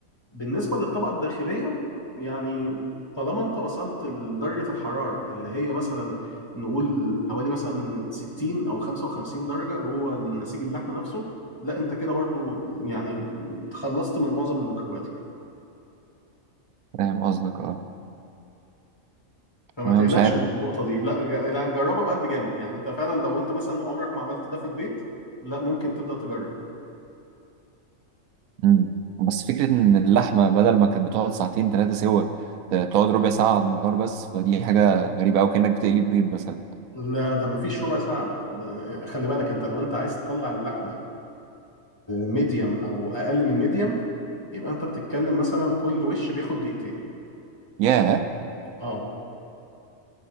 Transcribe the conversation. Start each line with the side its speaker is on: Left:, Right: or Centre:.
Left: بالنسبة للطبقة الداخلية يعني طالما انت وصلت لدرجة الحرارة اللي هي مثلا نقول حوالي مثلا 60 أو 55 درجة جوه نسيج اللحمة نفسه لا انت كده برضو يعني تخلصت من معظم الميكروبات يعني
Right: فاهم قصدك اه
Left: فما
Right: أنا
Left: تقلقش
Right: مش عارف
Left: من النقطة دي لا جا- لا جربها بقلب جامد يعني انت فعلا لو انت مثلا عمرك ما عملت ده في البيت لا ممكن تبدأ تجرب
Right: مم. بس فكرة إن اللحمة بدل ما كانت بتقعد ساعتين ثلاثة سوا آه، تقعد ربع ساعة على النار بس فدي حاجة غريبة أوي كأنك بتقلي بيض مثلا
Left: لا ده ما فيش ربع ساعة ده خلي بالك انت لو انت عايز تطلع اللحمة ميديوم او اقل من ميديوم يبقى انت بتتكلم مثلا كل وش بياخد دقيقتين
Right: ياه
Left: اه